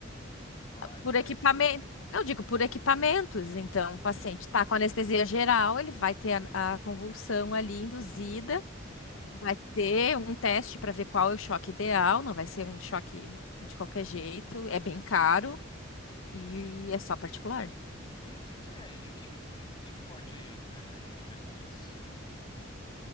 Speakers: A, on the left (about 25°); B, on the left (about 80°).
A: E controlar, imagino
B: Por equipamento.
A: eu, né?
B: Não, eu digo por equipamentos. Então,
A: Sim.
B: o paciente está com anestesia geral, ele vai ter a, a convulsão ali induzida,
A: Aham.
B: vai ter um teste para ver qual é o choque ideal, não vai ser um choque de qualquer jeito, é bem caro
A: Sim, sim.
B: e é só particular.
A: E o que que é? E o que que, e o que que pode é, resolver com isso?